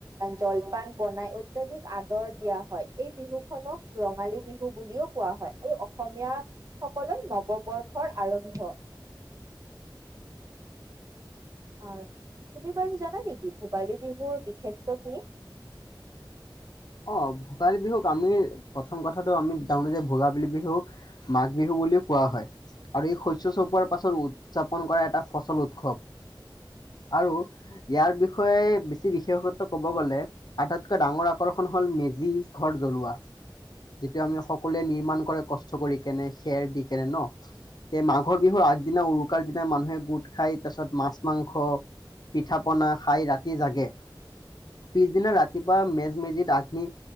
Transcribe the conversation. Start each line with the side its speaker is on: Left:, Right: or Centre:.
Right: জলপান বনাই অত্যাধিক আদৰ দিয়া হয় এই বিহু খনক ৰঙালী বিহু বুলিও কোৱা হয় আৰু অসমীয়া সকলৰ নৱবৰ্ষ আৰম্ভ আহ তুমি বাৰু জানা নেকি ভোগালী বিহুৰ বিখ্যাত কি
Left: অ ভোগালী বিহুক আমি প্ৰথম কথাটো আমি জানো যে ভোগালী বিহুক মাঘ বিহু বুলিও কোৱা হয় আৰু এই শ উ চপোৱাৰ পাছতো উদযাপন কৰাটা এটা ফচল উৎসৱ আৰু ইয়াৰ বিষয়ে বেছি বিশেষত ক'ব গ'লে আটাইতকৈ ডাঙৰ আকৰ্ষণ হ'ল মেজি ঘৰ জ্বলোৱা যিটো আমি সকলোৱে নিৰ্মাণ কৰে কষ্ট কৰি কেনে খেৰ দি কেনে ন তে মাঘৰ বিহুৰ আগদিনা উৰুকাৰ দিনা মানুহে গোট খাই তাৰ পিছত মাছ মাংস পিঠা পনা খাই ৰাতি জাগে পিছ সদিনা ৰাপুৱা মেজ য আগ্নি